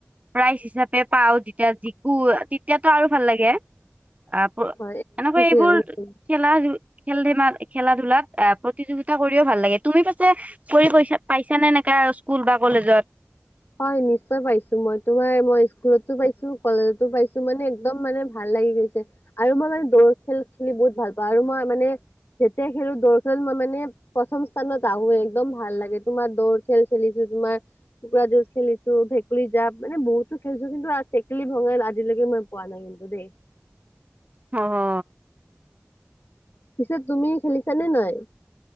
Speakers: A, on the right; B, on the left.
A: প্ৰাইজ হিচাপে পাও যেতিয়া জিকো তেতিয়াতো আৰু ভাল লাগে। আপ
B: হয় এইটো
A: এনেকুৱা এইবোৰ
B: ঠিক আছে।
A: খেলা খেল ধেমাল খেলা ধূলাত আহ প্ৰতিযোগিতা কৰিও ভাল লাগে তুমি <unintelligible> <unintelligible> পাইছা নে এনেকা স্কুল বা কলেজত?
B: হয় নিশ্চয় পাইছো, মই তোমাৰ মই স্কুলতো পাইছো কলেজতো পাইছো মানে একদম মানে ভাল লাগি গৈছে আৰু মই মানে দৌৰ খেল খেলি বহুত ভাল পাওঁ আৰু মই মানে যেতিয়া খেলো দৰ খেল মই মানে প্ৰথম স্থানত আহোৱে একদম ভাল লাগে তোমাৰ দৌৰ খেল খেলিছো তোমাৰ কোকোৰা যুঁজ খেলিছো ভেকুলী জাপ মানে বহুতো খেলছো কিন্তু টেকেলী ভঙাত আজিলৈকে মই পোৱা নাই কিন্তু দেই।
A: <unintelligible>
B: পিছে তুমি খেলিছা নে নাই?